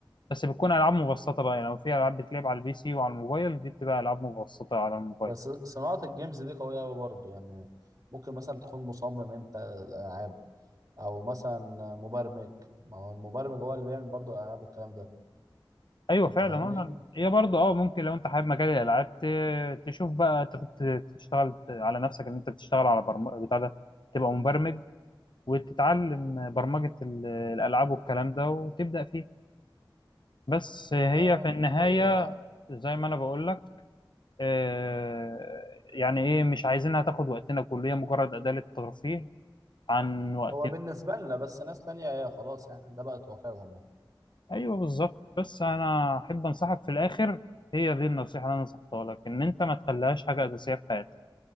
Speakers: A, on the left; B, on the right.
A: بس بتكون العاب مبسطه بقى يعني لو في العاب بتلعب على البي سي وعلى الموبايل دي بتبقى العاب مبسطه على الموبايل
B: بس صناعة الجيمز دي قوية أوي برضه يعني ممكن مثلا تكون مصمم أنت الألعاب أو مثلا مبرمج ما هو المبرمج هو اللي بيعمل برضه الألعاب والكلام ده
A: ايوه
B: أنت
A: فعلا
B: فاهمني؟
A: آه، يعني هي برضه اه ممكن لو انت حابب مجال الالعاب ت- تشوف بقى ت- ت- تشتغل على نفسك ان انت بتشتغل على برمجه بتاع ده تبقى مبرمج وتتعلم برمجه ال- الالعاب والكلام ده وتبدا فيه بس هي
B: اه
A: في النهايه
B: والله
A: زي ما انا بقول لك آه، يعني ايه مش عايزينها تاخد وقتنا كله هي مجرد اداه للترفيه عن وقتنا
B: هو بالنسبة لنا بس ناس تانية هي خلاص يعني ده بقت واقعهم يعني
A: ايوه بالظبط بس انا احب انصحك في الاخر هي دي النصيحه اللي انا نصحتها لك ان انت ما تخليهاش حاجه اساسيه في حياتك